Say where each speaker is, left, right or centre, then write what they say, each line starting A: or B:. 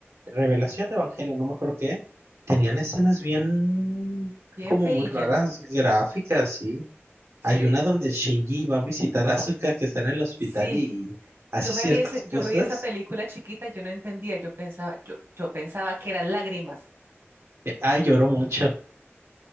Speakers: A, on the right; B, on the right.
A: Revelación de Evangelion, no me acuerdo qué, tenían escenas bien,
B: bien
A: como
B: feillas.
A: muy raras, gráficas, sí.
B: Sí,
A: Hay una donde Shinji va a visitar a Asuka que está en el hospital
B: sí.
A: y hace
B: Yo
A: ciertas
B: me vi ese-
A: cosas.
B: yo me vi esa película chiquita, yo no entendía, yo pensaba, yo, yo pensaba que eran lágrimas.
A: que, ay, lloró mucho.